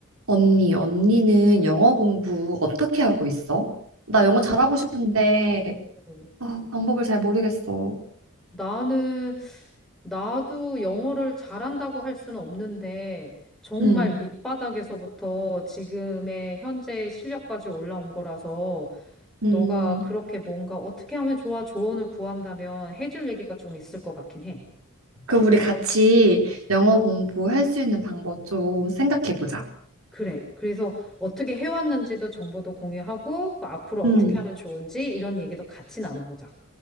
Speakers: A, on the right; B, in the centre.
A: 언니, 언니는 영어 공부 어떻게 하고 있어? 나 영어 잘하고
B: 음,
A: 싶은데,
B: 음.
A: 아, 방법을 잘 모르겠어.
B: 나는, 나도 영어를 잘한다고 할 수는 없는데, 정말
A: 음,
B: 밑바닥에서부터 지금의 현재 실력까지 올라온 거라서,
A: 음.
B: 너가 그렇게 뭔가 어떻게 하면 좋아 조언을 구한다면 해줄 얘기가 좀 있을 것 같긴 해.
A: 그럼 우리 같이 영어 공부할 수 있는 방법 좀 생각해 보자.
B: 그래. 그래서 어떻게 해왔는지도 정보도 공유하고, 그 앞으로 어떻게
A: 음,
B: 하면 좋은지 이런 얘기도 같이 나눠보자.